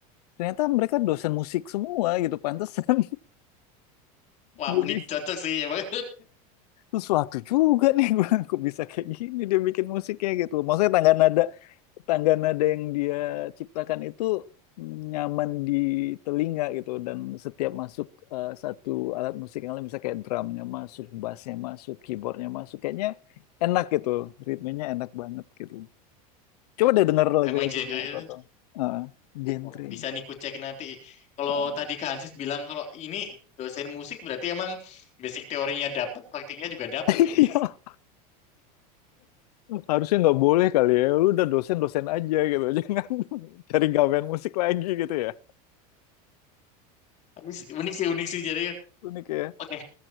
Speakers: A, on the left; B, on the left.
A: ternyata mereka dosen musik semua gitu, pantesan.
B: Wah,
A: <laughs> Jadi
B: unik cocok sih emang.
A: sesuatu juga nih <laughs> gue kok bisa kayak gini dia bikin musiknya gitu maksudnya tangga nada tangga nada yang dia ciptakan itu nyaman di telinga gitu dan setiap masuk eh, satu alat musik yang lain misalnya kayak drumnya masuk
B: <laughs>
A: bassnya masuk keyboardnya masuk kayaknya enak gitu ritmenya enak banget gitu coba deh denger lagu-lagunya
B: Emang genre-nya.
A: Toto Ah, genre
B: Wah, bisa nih ku cek nanti. Kalau
A: Ah.
B: tadi Kak Hansis bilang kalau ini dosen musik berarti emang basic teorinya dapat, praktiknya juga dapat
A: <laughs>
B: ini. <laughs>
A: Harusnya nggak boleh kali ya. Lu udah dosen-dosen aja gitu. <laughs> Jangan cari gawean musik lagi gitu ya.
B: Tapi s- unik sih, unik sih jadi.
A: Unik ya.
B: Oke,